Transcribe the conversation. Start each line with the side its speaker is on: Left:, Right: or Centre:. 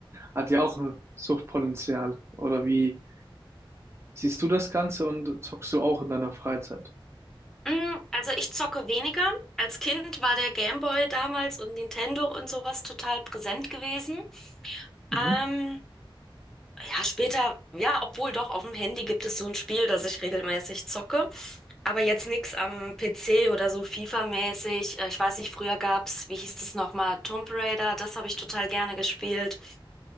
Right: hat ja auch ein Suchtpotenzial. Oder wie siehst du das Ganze und zockst du auch in deiner Freizeit?
Centre: Mm, Also ich zocke weniger. Als Kind war der Gameboy damals und Nintendo und sowas total präsent gewesen.
Right: Mhm.
Centre: Ähm, ja, später, ja, obwohl doch auf dem Handy gibt es so ein Spiel, das ich regelmäßig zocke. Aber jetzt nix am PC oder so FIFA-mäßig. Äh, Ich weiß nicht, früher gab's, wie hieß das nochmal, Tomb Raider, das habe ich total gerne gespielt.